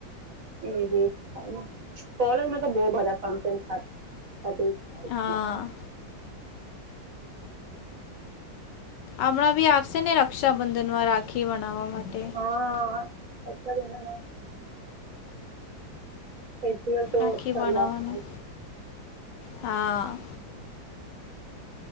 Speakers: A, on the right; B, on the left.
A: એવીીજ થાય ને કોલેજમાં તો બહ બધા ફંક્શન થું આ
B: હા
A: ને.
B: હમણાં બી આશે ને રક્ષાબંધનમાં રાખી બનાવવા માટે.
A: હા અચછા બનના ફેસ્ટિવલ તો
B: રાખી
A: શરૂઆત
B: બનાવવાનું
A: થાય છે.
B: હા.